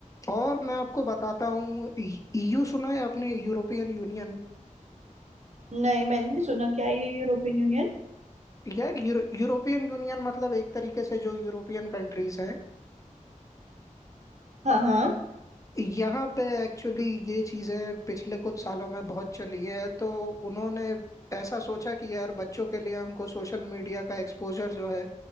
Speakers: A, on the left; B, on the right.
A: और मैं आपको बताता हूँ ईयू सुना है आपने European Union
B: नहीं मैंने नहीं सुना क्या है ये यूरोपियन यूनियन
A: यार यूरो, यूरोपियन यूनियन मतलब एक तरीके से जो यूरोपियन कंट्रीज हैं
B: हाँ हाँ
A: यहाँ पे एक्चुअली ये चीजें पिछले कुछ सालों में बहुत चली है तो उन्होंने ऐसा सोचा कि यार बच्चों के लिए हमको सोशल मीडिया का एक्सपोजर जो है